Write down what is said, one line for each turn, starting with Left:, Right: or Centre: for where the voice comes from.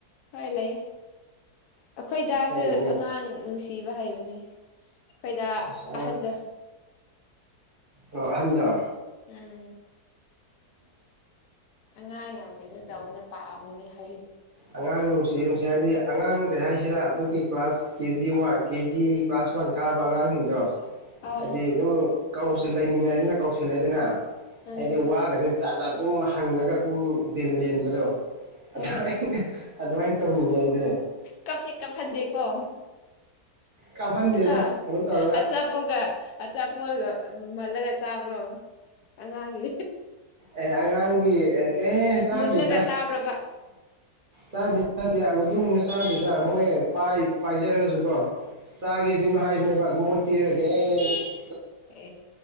Left: ꯍ ꯂꯩꯑ ꯑꯩꯈꯣꯏꯗꯁꯨꯦ
Right: ꯂꯩꯕꯅꯦ
Left: ꯑꯉꯥꯡ ꯅꯨꯡꯁꯤꯕ ꯍꯩꯕꯅꯤ ꯑꯩꯈꯣꯏꯗ
Right: ꯑꯁ ꯑꯉꯥꯡ
Left: ꯑꯍꯟꯗ
Right: ꯑꯣ ꯑꯍꯟꯗ
Left: ꯎꯝ ꯑꯉꯥꯡ ꯌꯥꯝ ꯀꯩꯅꯣ ꯇꯧꯅꯦ ꯄꯥꯝꯃꯤꯅꯦ ꯍꯥꯏ
Right: ꯑꯉꯥꯡ ꯅꯨꯡꯁꯤꯌꯦ ꯅꯨꯡꯁꯤ ꯍꯥꯏꯗꯤ ꯑꯉꯥꯡ ꯀꯩ ꯍꯥꯏꯁꯤꯔꯥ ꯑꯩꯈꯣꯏꯒꯤ ꯀ꯭ꯂꯥꯁ ꯀꯦꯖꯤ ꯋꯥꯟ ꯀꯦꯖꯤ ꯀ꯭ꯂꯥꯁ ꯋꯥꯟ ꯀꯥꯕ ꯑꯉꯥꯡꯁꯤꯡꯗꯣ
Left: ꯑꯥ
Right: ꯑꯗꯨꯗꯤ ꯑꯗꯨ ꯑꯗꯨꯝ ꯀꯥꯎꯁꯦ ꯂꯩꯃꯤꯟꯅꯔꯤꯗꯅ ꯀꯥꯎꯁꯦꯜꯂꯦꯗꯅ
Left: ꯎꯝ
Right: ꯑꯩꯗꯤ ꯋꯥꯒꯁꯦ ꯖꯥꯠ ꯖꯥꯠ ꯑꯗꯨꯝ ꯍꯪꯉꯒ ꯑꯗꯨꯝ ꯗꯤꯟ ꯂꯦꯟꯕꯗꯣ ꯑꯗꯨꯃꯥꯏꯅ
Left: ꯍꯣꯏ
Right: ꯑꯗꯨꯃꯥꯏꯅ ꯇꯧꯅꯤꯡꯉꯦ ꯑꯩꯗꯤ
Left: ꯀꯞꯇꯤ ꯀꯞ ꯍꯟꯗꯦꯀꯣ
Right: ꯀꯥꯞꯍꯟꯗꯦꯗ
Left: ꯑ
Right: ꯀꯩꯅꯣ ꯇꯧꯔꯒ
Left: ꯑꯆꯥꯄꯣꯒ ꯑꯆꯥꯄꯣꯠ ꯃꯜꯂꯒ ꯆꯥꯕ꯭ꯔꯣ ꯑꯉꯥꯡꯒꯤ
Right: ꯑꯦ ꯑꯉꯥꯡꯒꯤ ꯀꯩꯍꯥꯏꯅꯤ ꯆꯥꯗꯦꯗ
Left: ꯃꯨꯜꯂꯒ ꯆꯥꯕ꯭ꯔꯕ
Right: ꯆꯥꯗꯦ ꯅꯠꯇ‌ꯦ ꯑꯗꯨꯒꯨꯝꯕ ꯆꯥꯗꯦꯗ ꯃꯣꯏ ꯄꯥꯏ ꯄꯥꯏꯖꯔꯒꯁꯨ ꯀꯣ ꯆꯥꯒꯦꯗꯤ ꯉꯥꯍꯟ ꯍꯥꯏꯕꯅꯦꯕ ꯑꯗꯨ ꯃꯣꯏ ꯄꯤꯔꯗ ꯑꯁ
Left: ꯑꯦ